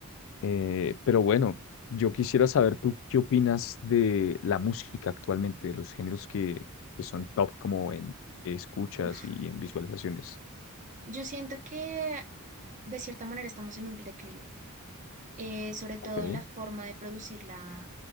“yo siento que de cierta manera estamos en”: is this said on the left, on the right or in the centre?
Right